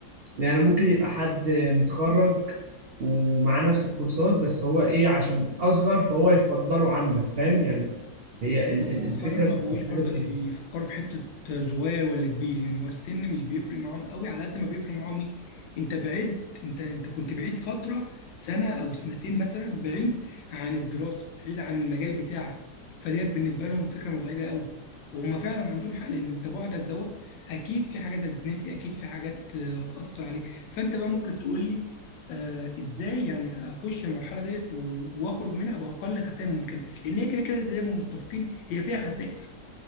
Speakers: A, on the right; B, on the left.
A: يعني ممكن يبقى حد متخرج ومعاه نفس الكورسات بس هو ايه عشان اصغر فهو يفضله عنك فاهم يعني هي
B: هم
A: ال- ال-
B: مؤخرا
A: الفكره
B: ما
A: بتبقى
B: بقوش
A: في
B: برضك
A: حاجه زي دي
B: يفكروا في حتة صغير ولا كبير يعني هو السن مش بيفرق معاهم قوي على قد ما بيفرق معاهم ايه انت بعيد انت انت كنت بعيد فترة سنة او سنتين مثلا بعيد عن الدراسة بعيد عن المجال بتاعك فديت بالنسبة لهم فكرة مزعجة قوي وهم فعلا عندهم حق لان انت بعدك دوت اكيد في حاجات هتتنسي اكيد في حاجات آه، هتأثر عليك فانت بقى ممكن تقول لي آه ازاي يعني اخش المرحلة ديت و- واخرج منها باقل خسائر ممكنة لان هي كده كده زي ما متفقين هي فيها خسائر